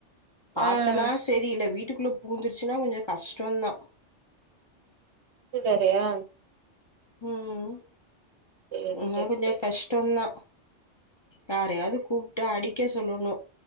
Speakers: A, on the left; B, on the right.
A: பாத்தனா
B: ம்
A: செரி இல்ல வீட்டுக்குள்ள பூந்துடுச்சுன்னா கொஞ்ச கஷ்டம்தா
B: இதுவேறையா
A: ம்
B: சேரி
A: என்னா
B: சேரி
A: கொஞ்ச
B: சேரி
A: கஷ் டதா யாரையாவது கூப்ட்டு அடிக்க சொல்லணு